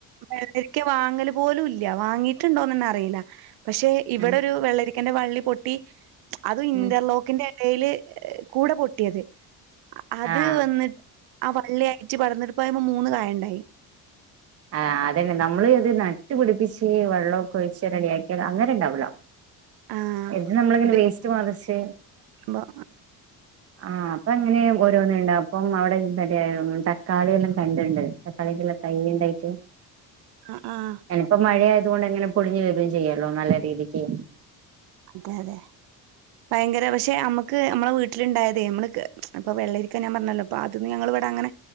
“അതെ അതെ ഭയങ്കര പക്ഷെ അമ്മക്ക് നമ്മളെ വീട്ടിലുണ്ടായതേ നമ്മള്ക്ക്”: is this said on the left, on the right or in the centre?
Right